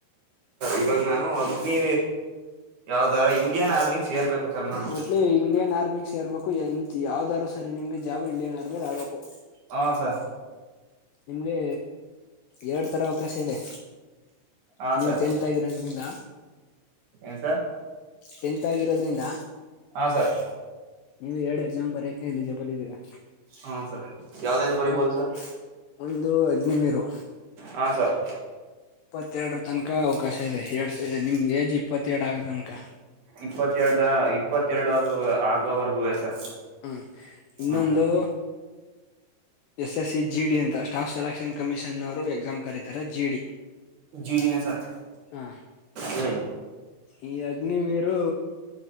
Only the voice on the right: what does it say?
ಇವಾಗ ನಾನು ಅಗ್ನಿ ಯಾವ್ದಾರ ಇಂಡಿಯನ್ ಆರ್ಮಿ ಸೇರ್ಬೇಕು ಸರ್ ನಾನು
ಹಾ ಸರ್
ಹಾ
ಸರ್
ಏನ್ ಸರ್
ಹಾ ಸರ್
ಹಾ ಸರ್ ಯಾವ್ದ್ದು ಬರಿಬೋದು
ಸರ್
ಹಾ ಸರ್
ಇಪ್ಪತ್ತೆರಡಾ ಇಪ್ಪತ್ತೆರಡುದು ಆಗವರೆಗೂ ಸರ್
ಹಾ ಸರ್
ಜಿಡಿನೇ ಸರ್
ಹ್ಮ್